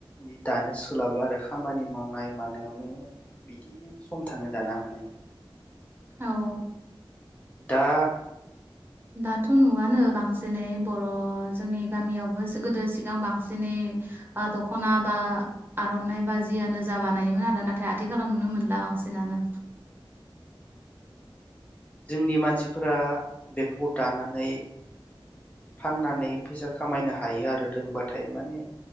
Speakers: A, on the left (about 15°); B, on the right (about 25°).
A: बि दानो सोलाबला आरो खामानि मावनाय मानायावनो बिदिनो सम थाङो दाना माने
B: औ औ।
A: दा
B: दाथ' नुवानो बांसिनै बर' जोंनि गामियाव बोसो गोदो सिगां बांसिनै आ दख'ना बा आरननाय बा जियानो जा जानायमोन आरोना। दा आथिखालाव नुनो मोनला बांसिनानो।
A: जोंनि मानसिफ्रा बेफोरखौ दानानै फाननानै फैसा खामायनो हायो आरो रोंबाथाय माने